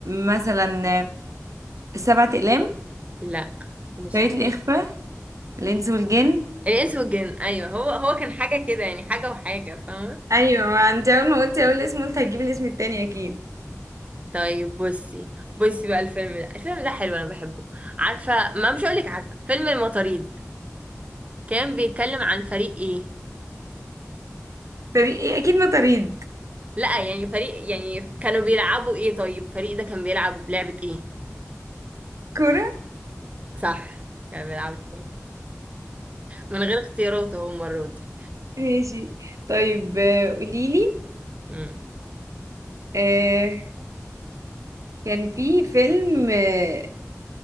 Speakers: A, on the right (about 75°); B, on the right (about 25°).
A: مثلا سبعة أقلام
B: لا مش
A: طريقة
B: حتى
A: الإخفاء الإنس والجن
B: الانس والجن ايوه هو هو كان حاجه كده يعني حاجه وحاجه فاهمه
A: أيوة ما أنت أول ما قلتي أول اسم قلت هتجيبي الاسم التاني أكيد
B: طيب بصي بصي بقى الفيلم ده الفيلم ده حلو انا بحبه عارفه ما مش هقولك عارفه فيلم المطاريد كان بيتكلم عن فريق ايه
A: فريق إيه؟ أكيد ما طريد
B: لا يعني فريق يعني كانوا بيلعبوا ايه طيب فريق ده كان بيلعب لعبه ايه
A: كورة
B: صح كان بيلعب من غير اختيارات اهو المره دي
A: ماشي طيب آه، قوليلي
B: امم
A: آه كان في فيلم آه